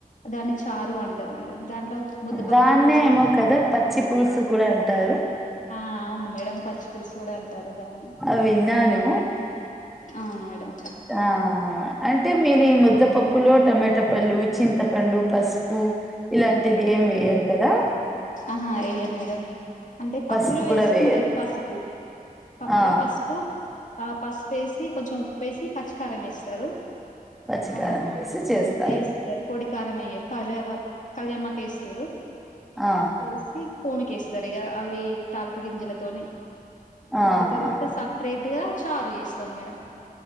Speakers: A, on the left (about 55°); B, in the centre.
A: దాన్ని చారు అంటారు మేడం దాంట్లో ముద్దపప్పులు
B: దాన్నే
A: పోసుకుంటారు
B: ఏమో కదా పచ్చి పులుసు కూడా అంటారు
A: ఆ అవును మేడం పచ్చి పలుసు గూడా అంటారు దాన్ని
B: అవి విన్నాను
A: అవును మేడం
B: ఆ అంటే మీరు ఈ ముద్దపప్పులో టమాటా పళ్ళు చింతపళ్ళు పసుపు. ఇలాంటిది ఏం వేయ్యరు కదా.
A: ఆహా వెయ్యం మేడం అంటే పప్పులో
B: పసుపు కూడా
A: వేసుకుంటారు
B: వేయరు
A: పసుపు. పప్పులో
B: ఆ
A: పసుపు ఆ పసుపు వేసి కొంచెం ఉప్పేసి పచ్చికారం వేస్తారు.
B: పచ్చికారం
A: ఆహ్
B: వేసి చేస్తారు
A: ఏస్తారు పొడి కారమేయరు. కర్యేపకు కల్యామాకు వేస్తారు
B: ఆ
A: వేసి పోనికి వేస్తారు. సరిగా అవి తాల్పు గింజలతోని.
B: ఆ
A: మళ్ళీ తర్వాత
B: ఆ
A: సపరేట్ గా చారు చేస్తాం మేడం.